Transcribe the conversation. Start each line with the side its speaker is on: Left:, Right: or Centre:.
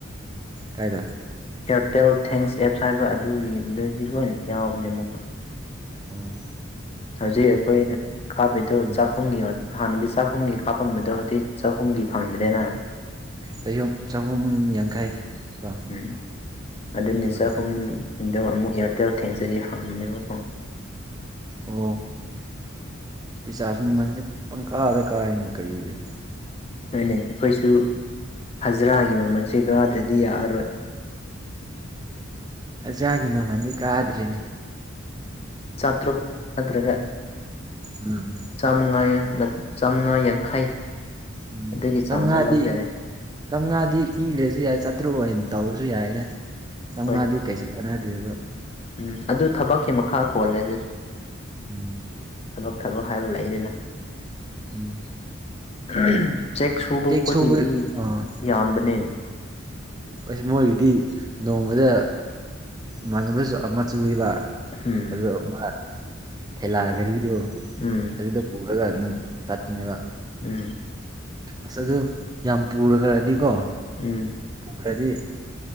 Right: ꯀꯥꯏꯗ
Left: ꯏꯌꯥꯔꯇꯦꯜ ꯊꯦꯡꯁ ꯑꯦꯞꯁ ꯍꯥꯏꯕ ꯑꯗꯨꯒꯤ ꯂꯣꯏ ꯌꯥꯎꯕꯅꯦ ꯑꯃꯨꯛꯀ
Right: ꯎꯝ
Left: ꯍꯧꯖꯤꯛ ꯑꯈꯣꯏꯅ ꯀꯥꯞꯄꯤꯗꯣ
Right: ꯎꯝ
Left: ꯆꯥꯛꯍꯨꯝꯒꯤ ꯍꯥꯟꯅꯗꯤ ꯆꯥꯛꯍꯨꯝꯒꯤ ꯀꯥꯞꯄꯝꯕꯗꯣ ꯍꯧꯖꯤꯛ ꯆꯥꯛꯍꯨꯝꯒꯤ ꯐꯪꯗ꯭ꯔꯦꯅ
Right: ꯆꯌꯨꯝ ꯆꯥꯍꯨꯝ ꯌꯥꯡꯈꯩ ꯀꯣ
Left: ꯎꯝ ꯑꯗꯨꯅꯤ
Right: ꯑꯗꯨ ꯉꯥꯛꯇꯅꯦꯕ
Left: ꯆꯥꯍꯨꯝꯗꯣ ꯑꯃꯨꯛ ꯏꯌꯥꯔꯇꯦꯜ ꯊꯤꯡꯁꯇꯗꯤ ꯐꯪꯕꯅꯦꯕꯀꯣ
Right: ꯑꯣ ꯔꯤꯆꯥꯔꯁꯀꯤ ꯃꯃꯜꯁꯦ ꯄꯪꯀꯥꯗ ꯀꯥꯥꯏꯅꯦ ꯀꯔꯤꯒꯤ
Left: ꯍꯣꯏꯅꯦ ꯑꯈꯣꯏꯁꯨ ꯍꯖꯤꯔꯥꯒꯤ ꯃꯃꯜꯁꯦ ꯀꯥꯗ꯭ꯔꯗꯤ ꯗꯤ ꯌꯥꯔꯔꯣꯏ
Right: ꯍꯖꯤꯔꯥꯒꯤ ꯃꯃꯜꯗꯤ ꯀꯥꯗ꯭ꯔꯤꯅꯦ
Left: ꯆꯥꯇ꯭ꯔꯨꯛ ꯅꯠꯇ꯭ꯔꯒ
Right: ꯎꯝ
Left: ꯆꯥꯝꯃꯉꯥ ꯆꯥꯝꯃꯉꯥ ꯌꯥꯡ ꯌꯥꯡꯈꯩ
Right: ꯎꯝ
Left: ꯑꯗꯨꯒꯤ
Right: ꯆꯥꯝꯉꯥꯗꯤ
Left: ꯆꯥꯡꯗ ꯂꯧꯕ ꯌꯥꯔꯦ
Right: ꯆꯝꯉꯥꯗꯤ ꯄꯤꯔꯁꯨ ꯌꯥꯏ ꯆꯥꯇ꯭ꯔꯨꯛ ꯑꯣꯏꯅ ꯇꯧꯔ ꯁꯨ ꯌꯥꯏꯗ ꯆꯥꯝꯃꯉꯥꯗꯤ
Left: ꯍꯣꯏ
Right: ꯀꯩꯁꯨ ꯀꯥꯟꯅꯗ꯭ꯔꯦꯕ
Left: ꯎꯝ ꯑꯗꯨ ꯊꯕꯛꯀꯤ ꯃꯈꯥ ꯄꯣꯜꯂꯦ ꯑꯗꯨꯗꯤ
Right: ꯎꯝ
Left: ꯊꯕꯛ ꯍꯥꯏꯕ ꯂꯩꯗꯅ
Right: ꯎꯝ
Left: <inaudible>
Right: ꯆꯦꯛ
Left: ꯈꯣꯠꯄꯗꯤ
Right: ꯁꯨꯕ ꯑꯥ
Left: ꯌꯥꯝꯕꯅꯦ
Right: ꯑꯁ ꯃꯣꯏꯒꯤꯗꯤ ꯅꯣꯡꯃꯗ ꯏꯃꯥꯟꯅꯕꯁꯨ ꯑꯃ ꯁꯨꯑꯦꯕ
Left: ꯎꯝ
Right: ꯑꯗꯣ ꯃꯥ ꯊꯦꯂꯥ ꯘꯔꯤꯗꯣ
Left: ꯎꯝ
Right: ꯑꯗꯨꯗ ꯄꯨꯔꯒ ꯆꯠꯄꯅꯦꯕ
Left: ꯎꯝ
Right: ꯑꯁ ꯑꯗꯨ ꯌꯥꯝ ꯄꯨꯔꯈ꯭ꯔꯗꯤ ꯀꯣ
Left: ꯎꯝ
Right: ꯄꯨꯈ꯭ꯔꯗꯤ